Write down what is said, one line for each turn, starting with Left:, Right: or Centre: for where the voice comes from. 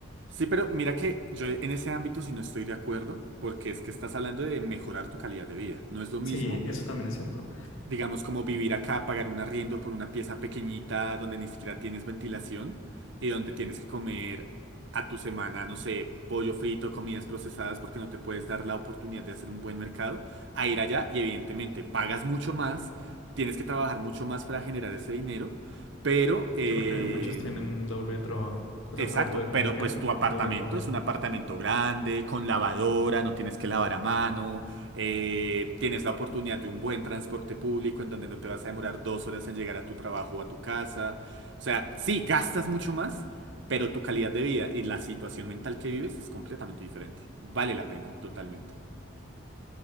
Right: Sí, pero mira que yo en ese ámbito sí no estoy de acuerdo, porque es que estás hablando de mejorar tu calidad de vida. No es lo mismo,
Left: Sí, eso también es cierto.
Right: digamos, como vivir acá, pagar un arriendo por una pieza pequeñita donde ni siquiera tienes ventilación y donde tienes que comer a tu semana, no sé, pollo frito, comidas procesadas, porque no te puedes dar la oportunidad de hacer un buen mercado, a ir allá y evidentemente pagas mucho más, tienes que trabajar mucho más para generar ese dinero, pero... em,
Left: Sí, porque muchos tienen doble trabajo. O
Right: Exacto,
Left: sea, para poder vivir
Right: pero
Left: bien
Right: pues
Left: tienen
Right: tu
Left: que
Right: apartamento
Left: tener doble trabajo.
Right: es un apartamento grande, con lavadora, no tienes que lavar a mano, eh, tienes la oportunidad de un buen transporte público en donde no te vas a demorar dos horas en llegar a tu trabajo o a tu casa. O sea, sí, gastas mucho más, pero tu calidad de vida y la situación mental que vives es completamente diferente. Vale la pena, totalmente.